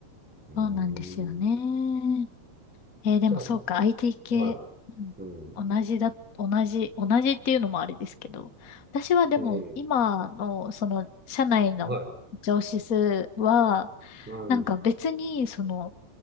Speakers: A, in the centre; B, on the left.
A: うーん。
B: そうなんですよね。えーでもそうか、
A: じゃあ、
B: IT 系、
A: はい。うん。
B: うん、同じだ、同じ、同じっていうのもあれですけど、私はでも、
A: うん。
B: 今の、その、社内の上司数は、
A: はい。うん。
B: なんか別に、その、